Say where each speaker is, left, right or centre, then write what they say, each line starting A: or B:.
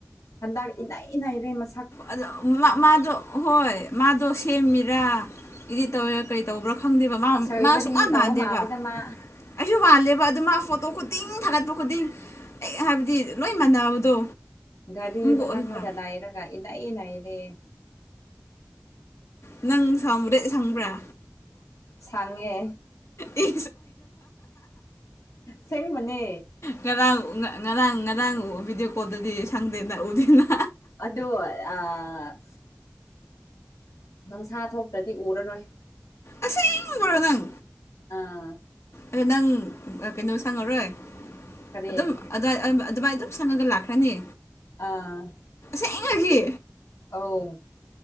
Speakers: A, on the left; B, on the left.
A: ꯍꯟꯗꯛ ꯏꯅ ꯏꯅ ꯏꯔꯦ ꯃꯁꯥ
B: ꯑ ꯃꯥꯗꯣ ꯍꯣꯏ ꯃꯥꯗꯣ ꯁꯦꯝꯃꯤꯔꯥ ꯏꯗꯤ ꯇꯧꯋꯦ ꯀꯔꯤ ꯇꯧꯕ꯭ꯔꯣ ꯐꯪꯗꯦꯕ ꯃꯥ
A: ꯁꯔꯖꯔꯤ
B: ꯃꯥ ꯁꯨꯡꯛꯃꯥꯟ
A: ꯇꯧꯕ
B: ꯃꯥꯟꯗꯦꯕ
A: ꯃꯥꯜꯂꯦꯗ ꯃꯥ
B: ꯑꯩꯁꯨ ꯃꯥꯜꯂꯦꯕ ꯑꯗꯨ ꯃꯥ ꯐꯣꯇꯣ ꯇꯤꯡ ꯊꯥꯒꯠꯄ ꯈꯨꯗꯤꯡ ꯑꯩ ꯍꯥꯏꯕꯗꯤ ꯂꯣꯏ ꯃꯥꯟꯅꯕꯗꯣ
A: ꯒꯥꯔꯤ
B: ꯑꯃꯨꯛꯀ
A: ꯃꯅꯥꯛꯇꯒ
B: ꯑꯣꯏꯕ
A: ꯗꯥꯏꯔꯒ ꯏꯅꯛꯏ ꯅꯅꯥꯩꯔꯦ
B: ꯅꯪ ꯁꯕꯗ ꯁꯪꯕ꯭ꯔꯥ
A: ꯁꯪꯉꯦ
B: ꯑꯦ
A: ꯁꯦꯡ ꯃꯅꯦ
B: ꯉꯔꯥꯡ ꯉꯔꯥꯡ ꯉꯔꯥꯡ ꯚꯤꯗꯤꯑꯣ ꯀꯣꯜꯗꯗꯤ ꯁꯪꯗꯦꯅ ꯎꯗꯦꯅ
A: ꯑꯗꯣ ꯑ ꯅꯨꯡꯁꯥ ꯊꯣꯛꯇ꯭ꯔꯗꯤ ꯎꯔꯔꯣꯏ
B: ꯑꯁ ꯏ ꯄꯔꯣ ꯅꯪ
A: ꯑꯥ
B: ꯑꯗꯣ ꯅꯪ ꯀꯩꯅꯣ ꯁꯪꯉꯔꯣꯏ
A: ꯀꯔꯤ
B: ꯑꯗꯨꯝ ꯑꯗꯨꯏ ꯑꯗꯨꯃꯥꯏꯅ ꯑꯗꯨꯝ ꯁꯪꯉꯒ ꯂꯥꯛꯈ꯭ꯔꯅꯤ
A: ꯑꯥ
B: ꯌꯦꯦꯡꯉꯒꯤ
A: ꯑꯥꯎ